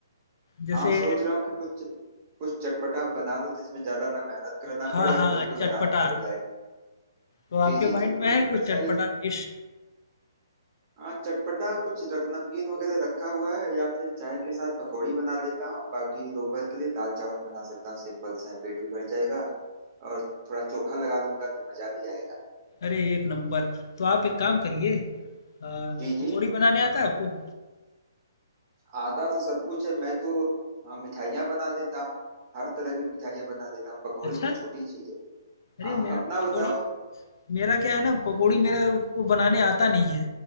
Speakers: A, on the left; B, on the right.
A: जैसे
B: हाँ सोच रहा हूँ कि कुछ कुछ चटपटा बना लो जिसमें ज्यादा ना मेहनत करना
A: हाँ,
B: पड़े
A: हाँ,
B: और बिल्कुल
A: चटपटा।
B: आराम से हो जाए
A: तो
B: जी
A: आपके
B: जी
A: माइंड
B: जी
A: में
B: कुछ
A: है कुछ
B: वैसा
A: चटपटा
B: ही
A: डिश?
B: हाँ चटपटा कुछ रग- नमकीन वगैरह रखा हुआ है या फिर चाय के साथ पकौड़ी बना लेता हूँ बाकी दोपहर के लिए दाल चावल बना सकता हूँ सिंपल सा है पेट भी भर जाएगा और थोड़ा चोखा लगा लूंगा तो मजा भी आएगा
A: अरे एक नंबर। तो आप एक काम करिए अ,
B: जी
A: पकौड़ी
B: जी
A: बनाने आता है आपको?
B: आता तो सब कुछ है मैं तो अ, मिठाइयाँ बना लेता हूँ हर तरह की मिठाइयाँ बना लेता हूँ पकौड़े
A: अच्छा,
B: तो छोटी चीज है
A: अरे
B: हाँ
A: मेरा
B: अपना
A: पकौड़ी
B: बताओ
A: मेरा क्या है ना पकौड़ी मेरे को बनाने आता नहीं है।